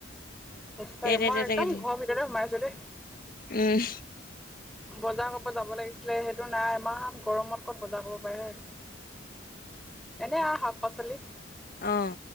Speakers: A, in the centre; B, on the left (about 45°).
A: সচাকে
B: তে তে
A: মই
B: তে
A: একদম
B: তেকে
A: ঘৰৰ ভিতৰতে সোমাইছো দেই।
B: উম,
A: বজাৰ কৰব যাব লাগিছিল? আছিল সেইটো নাই ইমান গৰমত ক'ত বজাৰ কৰিব পাৰে হয় নাই? এনে শাক পাচলি।
B: আহ।